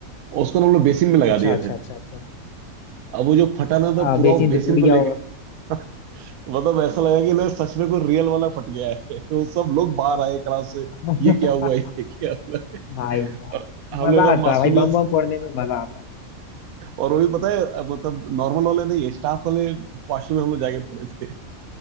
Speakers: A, on the right (about 80°); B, on the left (about 80°).
A: और उसको ना हम लोग बेसिन में लगा
B: अच्छा
A: दिए
B: अच्छा
A: थे
B: अच्छा अच्छा
A: अब वो जो फटा ना तो
B: आ,
A: पूरा
B: बेसिन
A: वो बेसिन
B: तो टूट
A: को
B: गया
A: लेके <laughs> मतलब ऐसा लगा कि ना सच में कोई रियल वाला फट गया है <laughs> तो सब लोग बाहर आए क्लास से
B: होगा
A: ये क्या हुआ
B: <laughs>
A: ये क्या हुआ
B: भाई साहब
A: और हम
B: मजा
A: लोग एकदम
B: आता
A: मासूमियत
B: है भाई बम बम फोड़ने में मजा आता है
A: और वो भी पता है अ, मतलब नॉर्मल वाले नहीं स्टाफ वाले वॉशरूम में हम लोग जाके पड़े थे